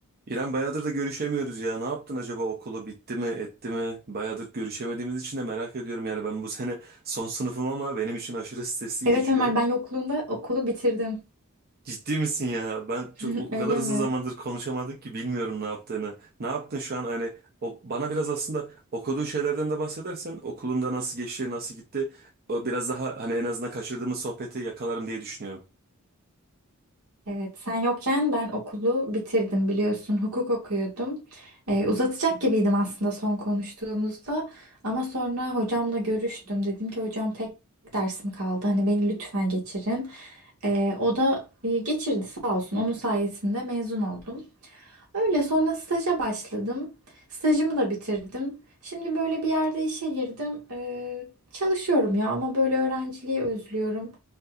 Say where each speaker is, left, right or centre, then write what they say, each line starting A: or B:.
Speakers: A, on the right (about 45°); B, on the right (about 80°).
A: İrem bayağıdır da görüşemiyoruz ya. Ne yaptın acaba okulu bitti mi etti mi? Bayağıdır görüşemediğimiz için de merak ediyorum yani ben bu sene son sınıfım ama benim için aşırı stresli
B: Evet
A: geçiyor.
B: Ömer ben yokluğunda okulu bitirdim.
A: Ciddi misin ya? Ben
B: <laughs>
A: çok o
B: Öyle
A: kadar uzun
B: mi?
A: zamandır konuşamadık ki bilmiyorum ne yaptığını. Ne yaptın şu an hani o, bana biraz aslında okuduğun şeylerden de bahsedersen okulunda nasıl geçti nasıl gitti o biraz daha hani en azından kaçırdığımız sohbeti yakalarım diye düşünüyorum.
B: Evet sen yokken ben okulu bitirdim biliyorsun hukuk okuyordum. Ee, uzatacak gibiydim aslında son konuştuğumuzda ama sonra hocamla görüştüm. Dedim ki hocam tek dersim kaldı hani beni lütfen geçirin. Ee, o da e, geçirdi sağ olsun onun sayesinde mezun oldum. Öyle sonra staja başladım. Stajımı da bitirdim. Şimdi böyle bir yerde işe girdim. Ee, çalışıyorum ya ama böyle öğrenciliği özlüyorum.